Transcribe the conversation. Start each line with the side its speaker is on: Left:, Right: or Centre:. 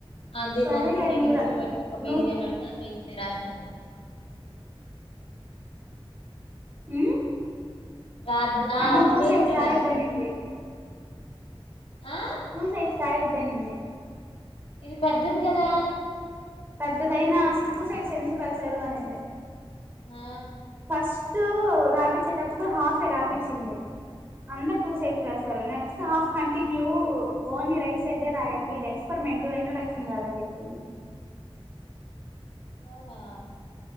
Left: అది
Right: సరేలే
Left: ఒక్కటే
Right: నువ్వు
Left: నిల్చంబట్టు
Right: రా
Left: ఒక పేజీ
Right: నువ్వు
Left: అన్నట్టు పేజీనే రాసిన
Right: అ
Left: రా ఆ
Right: అమ్మ
Left: ఒక
Right: టు
Left: పేజీనే
Right: సైడ్స్ రాయద్దనింది
Left: రాసిన ఆ
Right: టూ సైడ్స్ రాయద్దనింది
Left: ఇది పెద్దది కదా
Right: పెద్దదయినా అసలు టూ సైడ్స్ ఏందుకు రాసారు అనింది
Left: ఆ
Right: ఫస్ట్ రాపిచ్చేటప్పుడు హాఫె రాపిచ్చింది అందరు టూ సైడ్స్ రాశారు next half continue only right side దే రాయండి ఇది ఎక్స్పరిమెంట్ ఇంట్రడక్షన్ కాదని చెప్పింది
Left: అవునా